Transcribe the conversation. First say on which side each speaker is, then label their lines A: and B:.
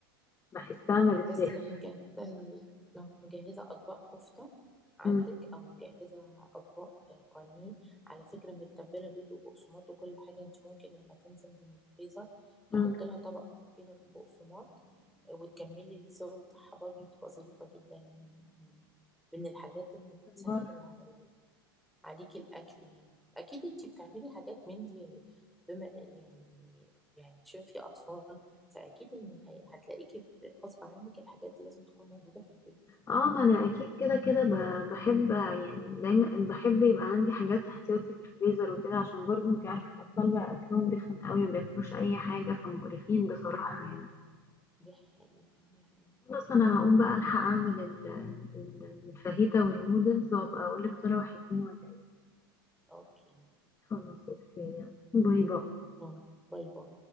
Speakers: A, on the left; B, in the centre.
A: بحسها ما بتلاقيش
B: بس لو مجهزة ال- لو مجهزة أطباق كفتة عندك
A: مم،
B: أو مجهزة أطباق بانيه على فكرة متبلة بيض وبقسماط وكل حاجة أنت ممكن لما تنزل من الفريزر
A: مم.
B: تحط لها طبقة خفيفة في البقسماط آه، وتكملي السوا بتاعها برضه بتبقى ظريفة جدا يعني من الحاجات اللي بتسهل
A: بره.
B: على عليكي الاكل يعني اكيد انتي بتعملي حاجات من دي بما يعني يعني عشان في اطفال فاكيد ان هي- هتلاقيكي ب- غصب عنك الحاجات دي لازم تكون موجوده في البيت
A: اه ما انا اكيد كده كده ب- بحب يعني دايما بحب يبقى عندي حاجات احتياطي في الفريزر وكده عشان برضو انت
B: مم.
A: عارفة الاطفال بقى اكلهم رخم قوي ما بياكلوش اي حاجة فمقرفين بصراحة يعني
B: دي حقيقه دي حقيقه
A: خلاص انا هقوم بقى الحق اعمل ال- ال- الفاهيتا والنودلز وابقى اقول لك طلعوا حلوين ولا ايه
B: اوكي
A: خلاص اوكي يلا. باي باي
B: باي باي باي.